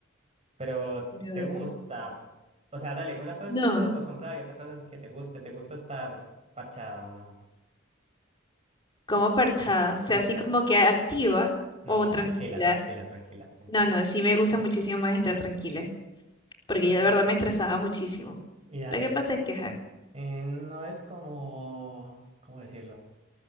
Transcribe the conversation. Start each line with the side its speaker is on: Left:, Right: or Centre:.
Right: pero
Left: Pero
Right: te
Left: bueno.
Right: gusta. O sea, dale, una cosa
Left: No.
Right: es que estás acostumbrada y otra cosa es que te guste. ¿Te gusta estar parchada o no?
Left: Como parchada, o sea,
Right: Pues,
Left: así
Right: par-
Left: como que activa
Right: No,
Left: o tranquila.
Right: tranquila, tranquila, tranquila, tranquila.
Left: No, no, sí me gusta muchísimo más estar tranquila, porque
Right: Ok.
Left: yo de verdad me estresaba muchísimo.
Right: Y dale,
Left: Lo que pasa es que, ajá,
Right: eh, no es como, ¿cómo decirlo?